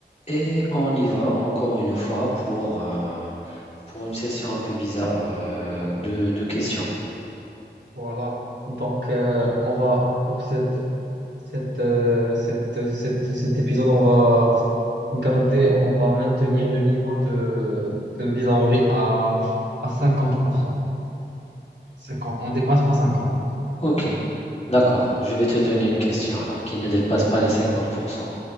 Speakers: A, on the left; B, on the right.
A: Et on y va encore une fois pour, euh, pour une session un peu bizarre euh, de, de questions.
B: Voilà. Donc, euh, on va, pour cette, cette, euh, cette, cette- cet épisode, on va garder, on va maintenir le niveau de, de bizarrerie à, à cinquante pour cent cinquante On dépasse pas cinquante
A: Ok, d'accord. Je vais te donner une question alors qui ne dépasse
B: Oui.
A: pas les 50%.